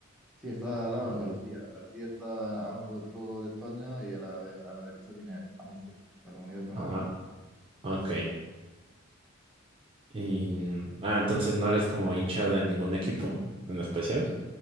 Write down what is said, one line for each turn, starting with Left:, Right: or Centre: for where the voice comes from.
Centre: Sí, está al lado
Right: Ah,
Centre: de Andalucía. Andalucía está abajo del todo de España y a la, de- a la derecha tiene a Murcia, la comunidad autónoma
Right: ah,
Centre: de Murcia.
Right: ok. Y, ah, entonces no eres como hincha de ningún equipo en especial.